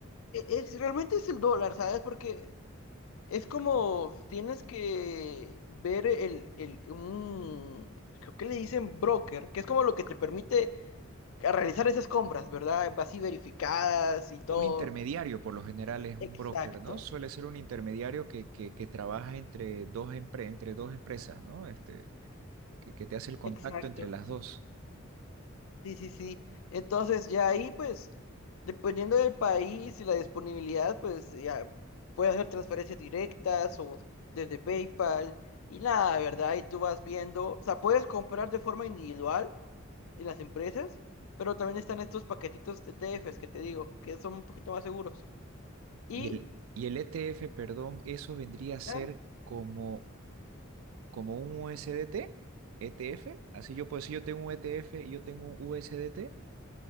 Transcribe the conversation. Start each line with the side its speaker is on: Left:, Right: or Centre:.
Left: e- es, realmente es el dólar, ¿sabes? Porque es como tienes que ver el, el, un, creo que le dicen broker, que es como lo que te permite a realizar esas compras, ¿verdad? Así verificadas y todo.
Right: un intermediario? Por lo general es un
Left: Exacto,
Right: broker, ¿no? Suele ser un intermediario que, que, que trabaja entre dos, empre- entre dos empresas, ¿no? Este, que, que te hace el contacto
Left: exacto.
Right: entre las dos.
Left: Sí, sí, sí. Entonces, ya ahí, pues, dependiendo del país y la disponibilidad, pues, ya puedes hacer transferencias directas o desde PayPal y nada, ¿verdad? Y tú vas viendo, o sea, puedes comprar de forma individual en las empresas, pero también están estos paquetitos de TFs que te digo, que son un poquito más seguros. Y,
Right: Y el, y el ETF, perdón, eso vendría a ser
Left: claro,
Right: como, como un USDT, ETF. Así yo, pues si yo tengo un ETF y yo tengo un USDT.